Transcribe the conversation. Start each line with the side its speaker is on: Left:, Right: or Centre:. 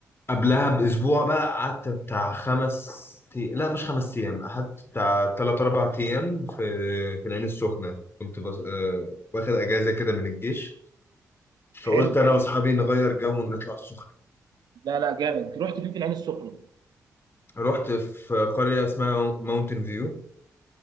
Left: قبلها باسبوع بقى قعدت بتاع خمس تي... لا مش خمس ايام قعدت بتاع تلات اربع ايام في في العين السخنه كنت بس... آه، واخد اجازه كده من الجيش فقلت
Right: حلو
Left: انا واصحابي نغير جو ونطلع السخنه
Right: لا لا جامد رحت فين في العين السخنه
Left: رحت في قريه اسمها ماونتن فيو